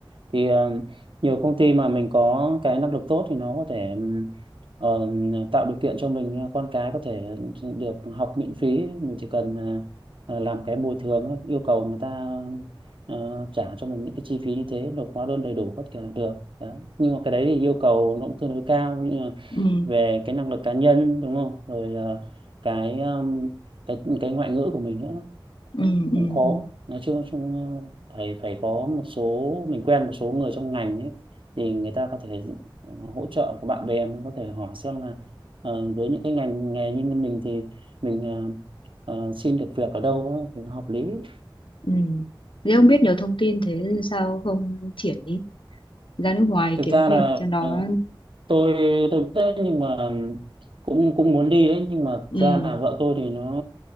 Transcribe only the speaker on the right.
thì ờ, nhiều công ty mà mình có cái năng lực tốt thì nó có thể ừm, ờ, tạo điều kiện cho mình ờ, con cái có thể được học miễn phí mình chỉ cần ờ, ờ, làm cái bồi thường ấy, yêu cầu người ta ờ, trả cho mình những cái chi phí như thế nộp hóa đơn đầy đủ tất cả là được đó. nhưng mà cái đấy thì yêu cầu nó cũng tương đối cao
về cái năng lực cá nhân đúng không rồi ờ, cái um, cái cái ngoại ngữ của mình nữa Đấy,
cũng khó
nói chung, chung ờ, phải phải có một số mình quen một số người trong ngành ấy thì người ta có thể ờ, hỗ trợ của bạn bè mình có thể hỏi xem là ờ, với những cái ngành nghề như mình thì mình ờ, ờ, xin được việc ở đâu ấy, thì hợp lý
thực
ra
là
ờ, tôi tôi biết đấy nhưng mà cũng cũng muốn đi đấy nhưng mà thực
ra là vợ tôi thì nó